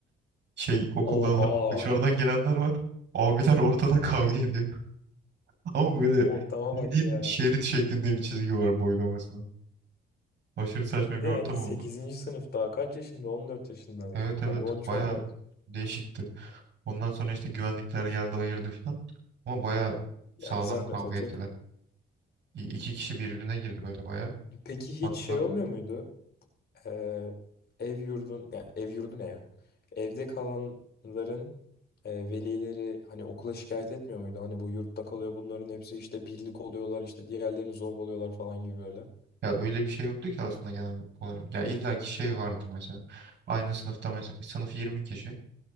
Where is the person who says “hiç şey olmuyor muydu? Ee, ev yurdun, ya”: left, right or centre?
Left